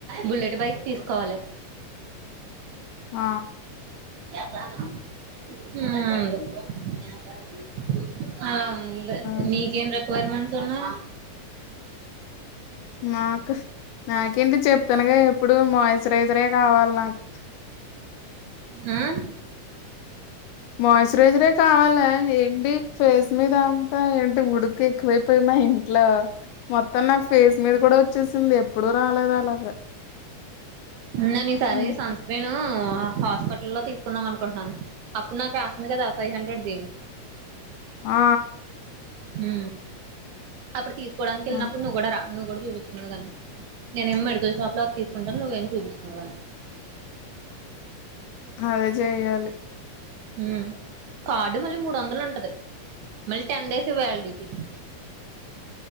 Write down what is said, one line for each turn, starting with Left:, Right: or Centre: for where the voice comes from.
Right: బుల్లెట్ బైక్ తీసుకోవాలి
Left: ఆ
Right: మ్మ్ ఆ ఉంద్
Left: అదే
Right: మీకేం రిక్వైర్మెంట్స్ ఉన్నా
Left: నాకు నాకేంటి చెప్తానుగా ఎప్పుడు మాైజరైజరే కావాలి నాకు
Right: హ్మ్
Left: మాయిశ్చరైజరే కావాల ఏంటి ఫేస్ మీ దంతా ఏంటి ఉడుకు ఎక్కువైపోయి మా ఇంట్లో మొత్తం నాకు ఫేస్ మీద కూడ వచ్చేసింది ఎప్పుడు రాలేదు అలాగా
Right: నేన్ ఈ సారి
Left: హ్మ్.
Right: సన్ సన్స్క్రీను హాస్పిటల్ లో తీసుకుందాం అనుకుంటున్నాను అప్పుడు నాకు రాసింది కదా ఫైవ్ హండ్రెడ్ దం
Left: ఆ
Right: హు అప్పుడు తీసుకోడానికి వెళ్ళినప్పుడు
Left: ఆ!
Right: నువ్వు కూడా రా నువ్వు కూడ చూపించుకుందు గాని నేనే మ్ మెడికల్ షాప్ లో అది తీసుకుంటాను నువ్వేమి చూపిించుకుందు గాని
Left: అదే చెయ్యాలి
Right: ఉ కార్డు మళ్ళీ మూడొందలు ఉంటది మరి టెన్ డేసె వ్యాలిడిటి